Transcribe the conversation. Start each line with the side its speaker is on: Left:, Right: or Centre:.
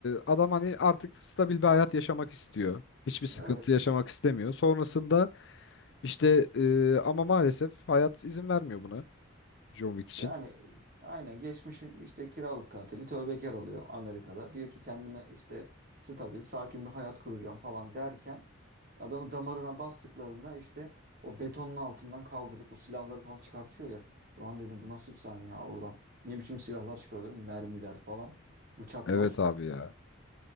Left: adam hani artık stabil bir hayat yaşamak istiyor. Hiçbir sıkıntı
Right: Evet.
Left: yaşamak istemiyor. Sonrasında İşte e, ama maalesef hayat izin vermiyor buna John Wick için.
Right: Yani aynen geçmişin işte kiralık katili tövbekar oluyor Amerika'da. Diyor ki kendime işte stabil, sakin bir hayat kuracağım falan derken adamı damarına bastıklarında işte o betonun altından kaldırıp bu silahları falan çıkartıyor ya. Ulan dedim bu nasıl bir sahne ya oradan. Ne biçim silahlar çıkarıyor mermiler falan, bıçaklar.
Left: Evet abi ya.